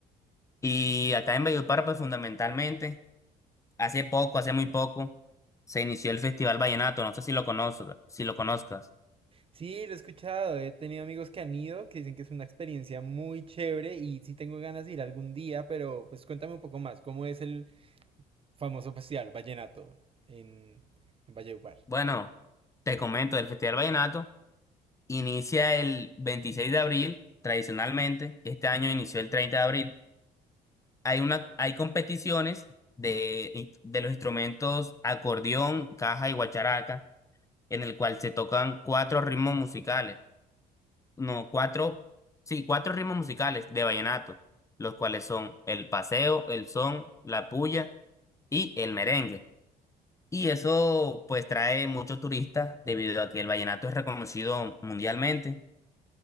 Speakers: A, on the left (about 20°); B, on the right (about 35°).
A: Y acá en Valledupar, pues fundamentalmente, hace poco, hace muy poco, se inició el Festival Vallenato. No sé si lo conozco, si lo conozcas.
B: Sí, lo he escuchado, he tenido amigos que han ido, que dicen que es una experiencia muy chévere y sí tengo ganas de ir algún día, pero pues cuéntame un poco más, ¿cómo es el famoso festival Vallenato en, en Valledupar?
A: Bueno, te comento, el Festival Vallenato inicia el 26 de abril, tradicionalmente. Este año inició el treinta de abril hay una, hay competiciones de, de los instrumentos acordeón, caja y guacharaca, en el cual se tocan cuatro ritmos musicales. No, cuatro, sí, cuatro ritmos musicales de vallenato, los cuales son el paseo, el son, la puya y el merengue. Y eso pues trae muchos turistas debido a que el vallenato es reconocido mundialmente.